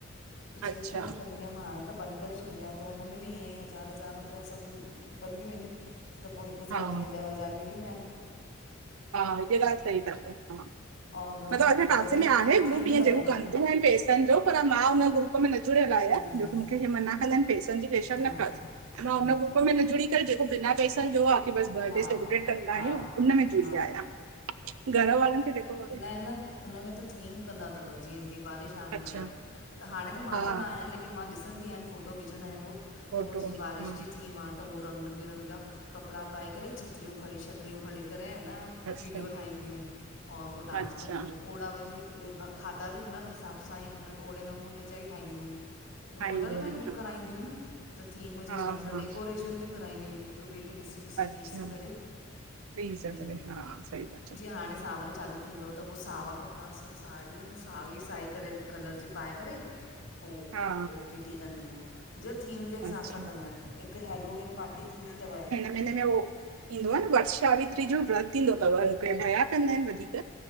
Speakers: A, on the left; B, on the right.
A: पिछले
B: अच्छा
A: साल कंदी त मां हाणे त बंद करे छॾी आ त हुन में बि ईअं ई हज़ार-हज़ार रुपया सभु कंदियूं आहिनि। त पो हिकु
B: हा
A: साथ जीअं ॾह हज़ार मिली वेदांत इन।
B: हा इअ ॻाल सही तव हा
A: और हुन
B: मतलब
A: सां
B: असान्जे
A: गॾु
B: पासे
A: वरी
B: में आहे
A: असां
B: ग्रुप
A: थीम
B: ईंअ
A: कंदा
B: जेको
A: आहियूं
B: कन्दू आहिन पेस सन जो पर मां हुन ग्रुप में न जुड़ियल आहियां
A: हम्म
B: जोकी मूंखे हे मना कंदा आहिनि पैसनि जी पेशन
A: हा
B: न कर
A: हा
B: मां
A: हम्म
B: हुन ग्रुप में न जुड़ी करे जेको बिना पैसनि जो आ बस बर्डे
A: हा
B: सेलिब्रेट
A: हा
B: कंदा
A: हा
B: आहियूं
A: हा
B: उन
A: हा
B: में जुड़ी
A: हा हा
B: आहियां घर वारनि खे जेको वणे।
A: इन हुन में त थीम कंदा तव जिअं जिअं बारिश आ हिन
B: अच्छा
A: महिल त हाणे त मां
B: हा
A: त न आहियां, लेकिन मां ॾिसंदी आहियांन फोटो विझंदा आहिनि हो
B: फोटो
A: त उ जीअं
B: हम्म,
A: बारिश जी थीम आ त हू रंग बिरंगा कपिड़ा पाए करे छ छतरियूं खणी छटरियूं खणी करे ह न
B: अच्छा
A: विडियो ठाहींदियूं और पो डांस
B: अच्छा
A: कंदियूं ओड़ा वरी खाधा बि हुन हिसाब सां ई उन ओड़े नमूने जा ई ठाहींदियूं। होटल
B: आईंदो
A: में
B: आहिनि
A: ही बुक
B: हा
A: कराईंदियूं आहिनि त थीम जे
B: हा
A: हिसाब सां
B: हा
A: डेकोरेशन बि कराईंदियूं इन हिक ॿिए खे‌ ॾिसी ॾिसी जी
B: अच्छा
A: रीस करे
B: ॾेई सघंदे
A: ईअ।
B: हा सही था चओ
A: जिअं हाणे सावन चालू थींदो त पो सावा कपिड़ा सभ साड़ियूं साई साई करे कलर जी पाए करे पो
B: हा
A: किटी कंदियूं जो थीम जे हिसाब
B: अच्छा
A: सां कंदा आहिनि हिकु हैलोवेिन पार्टी थींदी तव
B: हिनमें उ ईंदो आ न वटसावित्री जो व्रत ईंदो तव भया कंदा आहिनि वधीक